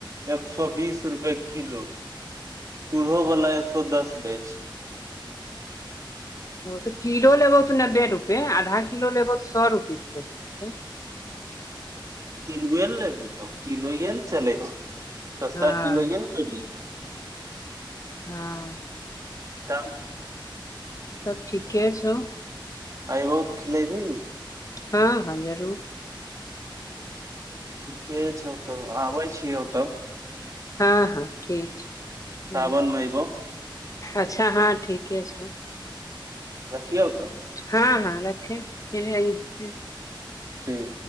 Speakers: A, on the right; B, on the left.
A: एक सौ बीस रुपए किलो। सुधो वाला एक सौ दस दै छैइय।
B: ओ तऽ किलो लेबहो तऽ नब्बे रुपये आधा किलो लेबहु तऽ सए रुपये किलो हो जाइ छैय।
A: किलोए ने लेबही तब किलोए ने चलै छैईय। सस्ता
B: हँ
A: किलो ये ने पेर जेतय
B: हँ
A: तब
B: सब ठीके छौ।
A: आइबो खिले भि नऽ।
B: हाॅं हाॅं जरूर।
A: ठीके छौ तब आबै छियह तब
B: हँ हँ ठीक छ
A: सावन
B: ह
A: मे अयबौ
B: अच्छा हँ ठीके छौ
A: रखि आउ तऽ
B: हँ हँ रखे फिर
A: ठीक